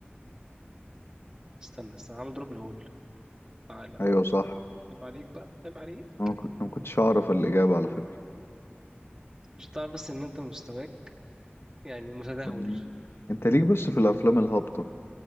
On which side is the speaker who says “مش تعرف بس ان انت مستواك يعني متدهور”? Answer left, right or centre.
Right